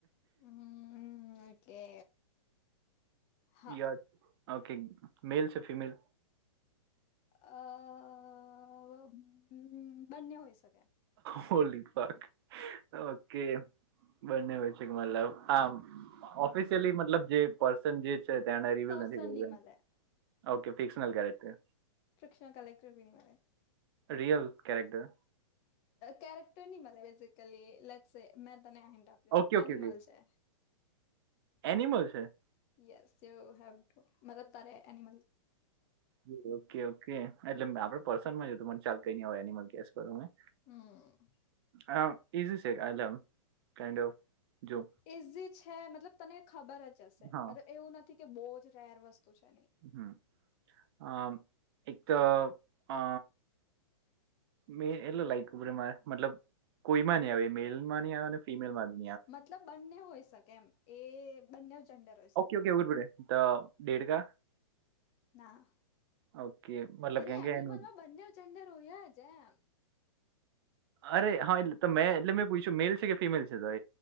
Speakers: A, on the left; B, on the right.
A: હમ ઓકે હા
B: યસ ઓકે મેલ છે ફિમેલ
A: અ બંને હોઈ શકે
B: હોલીપક ઓકે બંને તલબ હ ઓફિસલી મતલબ જે ન જે છે ર્યલ
A: પર્સન
B: નથી્યું
A: ની મલે
B: ઓકે ફિકક્ટર
A: પ્રક્ષષણ કલેક્ટર બીડી મારે
B: રિયલ ક્યારેક્ટર
A: કેરેક્ટર નની મળ બેઝિકલી લેટ એ મેં તનેમ
B: ઓકે ઓકે
A: એનિમલ
B: ઓકે
A: છે
B: એનિમલ છે
A: યસ યુ હવ ટ મદ તારે એનીમલ
B: ઓકે ઓકે ઓકે એટલે આપડે પર્સનમાં જ હતું મને ચાલ કઈ ન હોય એનિમલ કેસ કરું મેં
A: હમ
B: હ ઇઝી છેલમ કન્ડ ઓફ જો
A: ઈઝી છે મતલબ તને ખબર જ હશે
B: હા
A: મતલબ એવું નથી કે બહુ જ રેર વસ્તુ છે નહી
B: હમ અ એક તો અ મે એટલે લાયકર મારે મતલબ કોઈ માં ન આવે મેલ માં ન આવે ફીમેલ માધુ
A: મતલબ બંને હોઈ શકે એમ એ બંને જન્ડર હોય શકે
B: ઓકે, ઓકે
A: એમ
B: તો ડેડકા
A: ના
B: ઓકે મતલબ
A: અરે
B: કેમ કે
A: એનિમલમાં
B: એનું
A: બંને ચંંદર હોયા જ એમ
B: અરે હા એટલે તો મેં એટલે મેં પૂછ્યું મેલ છે કે ફિમેલ છે તો